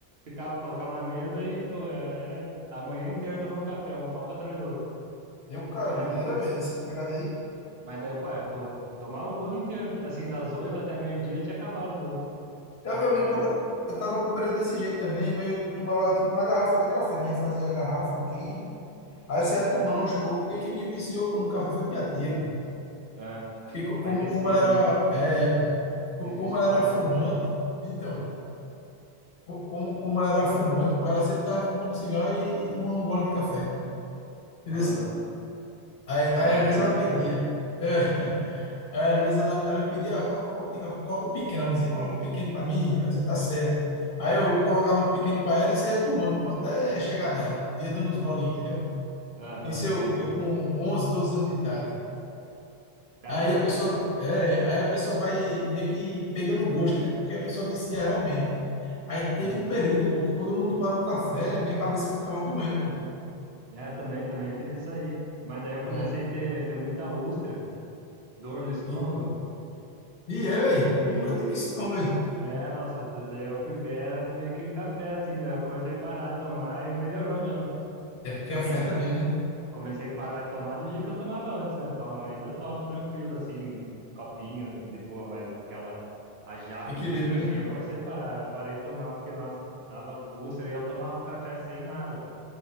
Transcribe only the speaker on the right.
Ficava, colocava na mesa e, pô, era, era a manhã inteira tomando café, um copo atrás do outro.
Mas,
mas daí o pai, pô, tomava o bolo inteiro. Assim, das oito até meio-dia tinha acabado o bolo.
Mas,
é,
mas
vicia
mesmo depois.
Difícil
parar
depois.
Aham.
Cigarrinho
e café.
Aham,
sim.
Caramba,
<laughs> sim.
É, também, também tive isso aí. Mas daí eu comecei
a ter, ter muita úlcera, dor no estômago.
E
é, nossa, da- daí eu fui ver, era meio que o café, assim, daí eu comecei a parar de tomar e melhorou mesmo.
Assim,
comecei a parar de tomar do jeito que eu tomava antes, né? Então, ainda tomo tranquilo, assim, copinho, de boa, mas aquela, a jarra
inteira, assim,
eu comecei a parar, parei de tomar, porque, nossa, tava úlcera e eu tomava o café sem nada.